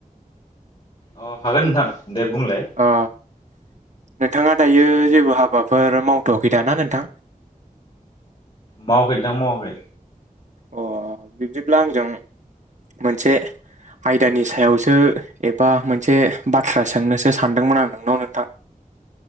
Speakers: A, on the left; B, on the right.
A: अ हागोन नोंथां दे बुंलाय।
B: अ नोंथाङा दायो जेबो हाबाफोर मावथ आखै दाना नोंथां।
A: मावाखै नोंथां मावाखै।
B: अ बिब्दिब्ला आंजों मोनसे आयदानि सायावसो एबा मोनसे बाथ्रा सोंनोसो सानदोंमोन आं नोंनाव नोंथां।